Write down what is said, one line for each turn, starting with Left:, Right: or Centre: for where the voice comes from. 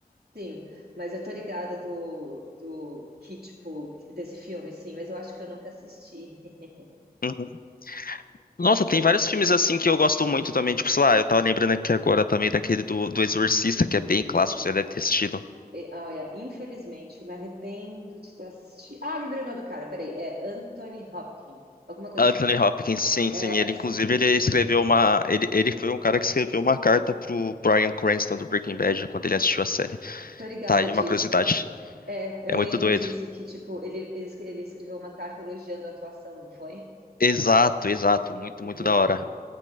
Right: Sim, mas eu tô ligada do, do que, tipo, desse filme, sim, mas eu acho que eu nunca assisti. <laughs>
Left: Uhum. Nossa, tem
Right: É,
Left: vários filmes assim que eu gosto muito também. Tipo, sei lá, eu tava lembrando aqui agora também daquele do, do Exorcista, que é bem clássico, você deve ter assistido.
Right: é, ah, olha, infelizmente, eu me arrependo de ter assistido. Ah, lembrei o nome do cara, peraí. É Anthony Hopkins, alguma coisa
Left: Anthony
Right: assim.
Left: Hopkins, sim,
Right: É,
Left: sim. Ele,
Right: sim.
Left: inclusive, ele escreveu uma. Ele, ele foi um cara que escreveu uma carta pro Bryan Cranston do Breaking Bad quando ele assistiu a série.
Right: Tô ligada
Left: Tá aí
Right: disso.
Left: uma curiosidade.
Right: É,
Left: É
Right: eu
Left: muito
Right: lembro
Left: doido.
Right: disso, que tipo, ele, ele es- ele escreveu uma carta elogiando a atuação, não foi?
Left: Exato, exato. Muito,
Right: Uhum.
Left: muito da hora.